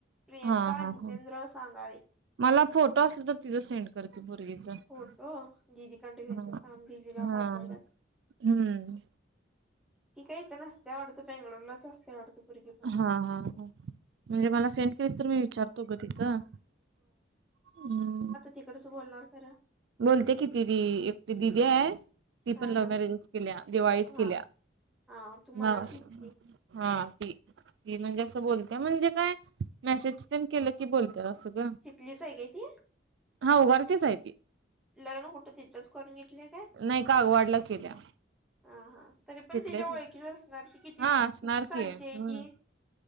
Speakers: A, in the centre; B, on the right.
A: प्रियांका
B: हा हा हा
A: जितेंद्र
B: हा
A: सांघावे.
B: मला फोटो असल तर तिझं सेंड. कर त्या पुरगीच हम्म
A: फोटो दिदीकडे घेतला थांब दिदीला
B: हा.
A: पाठवल्यात.
B: हम्म.
A: ती काय इथं नसत्या वाढत बेंगलोरलाच असत्या पुरगी पण.
B: हा हा म्हणजे मला सेंड केलीस तर मी विचारतो. रतो गं तिथं हम्.
A: तिकडेच बोलणार खंर.
B: बोलते किती दि एकटी दिदी हाय. ती
A: हा
B: पण लव्ह
A: हा
B: मॅरेजेस केल्या दिवाळीत
A: हा
B: केल्या.
A: हा तु
B: मग
A: मनालतिस
B: असं
A: की.
B: हा ती ती म्हणजे
A: हम्म.
B: असं बोलत्या म्हणजे काय. मेसेज तेनं केलं की बोलत असं गं.
A: तितलीच आहे काय ती.
B: ह उगारचीच हाय ति.
A: लग्न कुठं तिथंच करून घेतल्या काय.
B: नाही कागवाडला केल्या.
A: हा हा तरी पण
B: तिथलेच
A: तिच्या ओळखीच असणार ती किती
B: हा
A: किती
B: असणार
A: सालची
B: की हम्म
A: आहे ती.